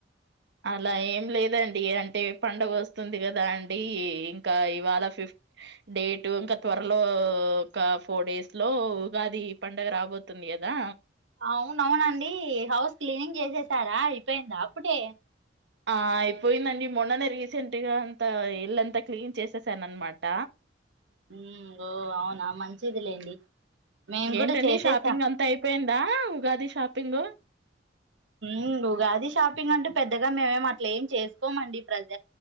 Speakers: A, on the right; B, on the right.
A: అలా ఏం లేదం అంటే పండగొస్తుంది కదాండి ఇంకా ఇవాళ ఫిఫ్త్ డేట్ ఇంకా త్వర్లో ఒక ఫోర్ డేస్ లో ఉగాది పండగ రాబోతుంది కదా
B: అవునవునండి హౌస్ క్లీనింగ్ చేసేసారా అయిపోయిందా అప్పుడే
A: ఆ అయిపోయిందండి మొన్ననే రీసెంట్గా అంత ఇల్ళంతా క్లీన్ చేసేసాను అనమాట
B: మ్ ఓ అవునా మంచిదిలేండి మేము
A: ఏంటండి
B: కూడా చేసేసాం
A: షాపింగ్ అంతా అయిపోయిందా ఉగాది షాపింగూ
B: మ్ ఉగాది షాపింగ్ అంటూ పెద్దగా మేమేం అట్లా ఏం చేసుకోమండి ప్రజ